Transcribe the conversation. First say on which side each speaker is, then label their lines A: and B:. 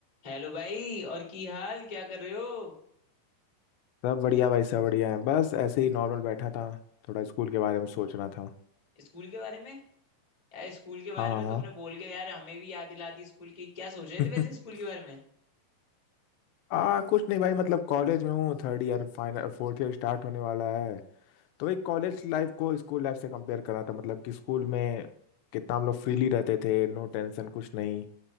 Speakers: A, on the left; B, on the left.
A: Hello भाई और की हाल क्या कर रहे हो
B: सब बढ़िया भाई सब बढ़िया है बस ऐसे ही नॉर्मल बैठा था थोड़ा स्कूल के बारे में सोच रहा था
A: स्कूल के बारे में यार स्कूल के बारे
B: हाँ
A: में
B: हाँ
A: तुमने बोल के यार हमें भी याद दिला दी स्कूल की क्या सोच रहे
B: <laughs>
A: थे वैसे स्कूल के बारे में
B: आ कुछ नहीं भाई मतलब कॉलेज में हूँ third year final fourth year start होने वाला है तो भाई कॉलेज लाइफ को स्कूल लाइफ से कंपेयर कर रहा था मतलब कि स्कूल में कितना हम लोग फ्रीली रहते थे नो टेंशन कुछ नहीं